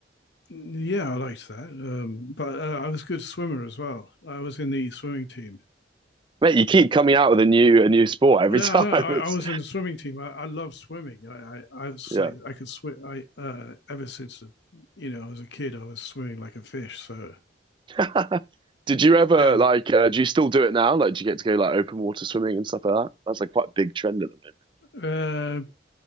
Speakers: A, on the left; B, on the right.
A: yeah, I liked that. Um, but uh, I was a good swimmer as well. I was in the swimming team.
B: Mate, you keep coming out with a new a new sport every
A: Yeah,
B: <laughs> time.
A: no, I,
B: It's
A: I was in the swimming team. I, I love swimming. I, I, I was
B: yeah.
A: like, I could swim. I uh, ever since you know I was a kid, I was swimming like a fish. So
B: <laughs> Did you ever
A: yeah,
B: like uh, do you still do it now? Like do you get to go like open water swimming and stuff like that? That's like quite a big trend at the moment.
A: uh,